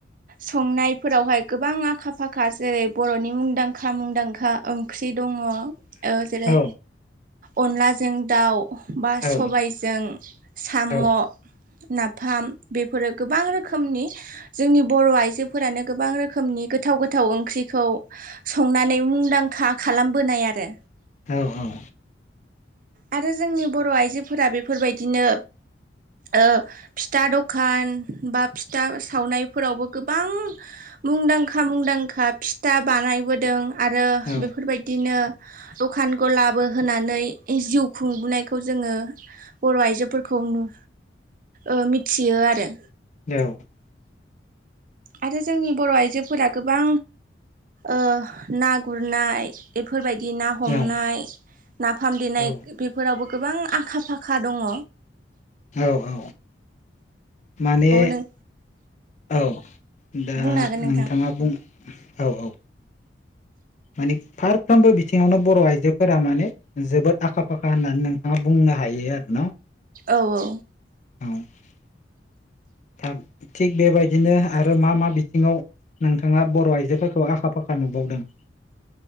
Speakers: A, on the right (about 50°); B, on the left (about 40°).
A: संनायफोरावहाय गोबां आखा फाखा जेरै बर'नि मुंदांखा मुंदांखा ओंख्रि। दङ ओ जेरै
B: औ
A: अनलाजों दाउ। बा
B: औ
A: सबायजों साम'।
B: औ
A: नाफाम बेफोरो गोबां रोखोमनि जोंनि बर' आइजोफोरानो गोबां रोखोमनि। गोथाव गोथाव ओंख्रिखौ संनानै मुंदांखा खालामबोनाय आरो
B: औ औ
A: आरो जोंनि बर' आइजोफोरा बेफोरबायदिनो। ओ फिथा दखान बा फिथा सावनाय। फोरावबो गोबां मुंदांखा मुंदांखा फिथा बानायबोदों। आरो
B: औ
A: बेफोरबायदिनो दखान गलाबो होनानै। जिउ खुंबोनायखौ जोङो बर' आइजोफोरखौ नु ओ मिथियो आरो
B: औ
A: आरो जोंनि बर' आइजोफोरा गोबां। ओ ना गुरनाय बेफोरबाय गि ना
B: औ
A: हमनाय नाफाम देनाय
B: औ
A: बेफोरावबो गोबां आखा फाखा दङ।
B: औ औ माने
A: नों
B: औ दा
A: बुंनो हागोन नोंथां
B: नोंथाङा बुं औ औ माने फारफ्रोमबो बिथिङावनो बर' आइजोफोरा माने जोबोद आखा फाखा होननानै नोंथाङा बुं नो हायो आरो न'
A: औ औ
B: <inaudible> थाब थिग बेबायदिनो आरो मा मा बिथिङाव नोंथाङा बर' आइजोफोरखौ आखा फाखा नुबावदों।